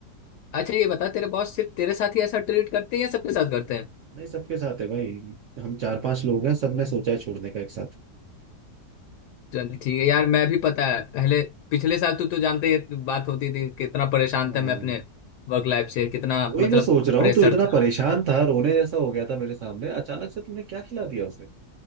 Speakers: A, on the left; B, on the right.
A: अच्छा ये बता तेरे बॉस सिर्फ तेरे साथ ही ऐसा ट्रीट करते हैं या सबके साथ करते
B: नहीं सबके साथ है भाई हम चार पांच लोग हैं सबने
A: हैं
B: सोचा है छोड़ने का एक साथ
A: चल ठीक है यार मैं भी पता है पहले पिछले साल तू तो जानते ही है, बात होती थी कितना परेशान
B: हाँ,
A: था मैं अपने वर्क लाइफ से कितना
B: वही
A: मतलब
B: मैं सोच रहा
A: प्रेशर
B: हूँ तू इतना
A: था
B: परेशान था रोने जैसा हो गया था मेरे सामने अचानक से तूने क्या खिला दिया उसे